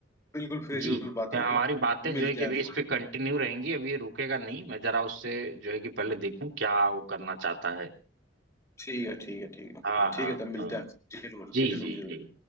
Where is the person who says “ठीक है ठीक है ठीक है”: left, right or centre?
Left